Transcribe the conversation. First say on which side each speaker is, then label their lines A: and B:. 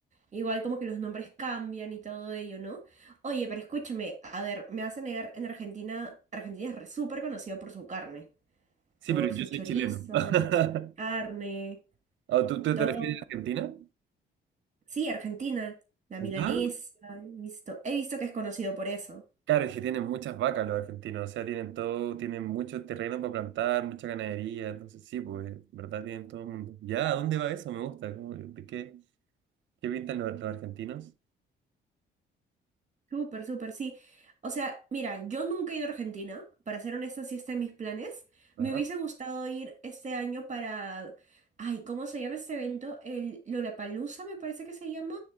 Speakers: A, on the right; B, on the right.
A: Igual como que los nombres cambian y todo ello, ¿no? Oye, pero escúchame, a ver, me vas a negar, en Argentina, Argentina es re- súper conocida por su carne,
B: Sí,
A: por
B: pero yo
A: su
B: soy
A: chorizo,
B: chileno. <laughs>
A: por su carne,
B: ¿O tú, tú
A: todo.
B: te refieres a Argentina?
A: Sí, Argentina, la milanesa,
B: ah
A: he visto, he visto que es conocido por eso.
B: Claro, es que tienen muchas vacas los argentinos, o sea, tienen todo, tienen mucho terreno para plantar, mucha ganadería, entonces sí, pues, en ¿verdad? Tienen todo el mundo. ¿Ya? ¿A dónde va eso? Me gusta. como, ¿De qué, qué pintan los, los argentinos?
A: Súper, súper, sí. O sea, mira, yo nunca he ido a Argentina, para ser honesta, sí está en mis planes.
B: Ajá.
A: Me hubiese gustado ir este año para, ay, ¿cómo se llama este evento? El Lollapalooza, me parece que se llama.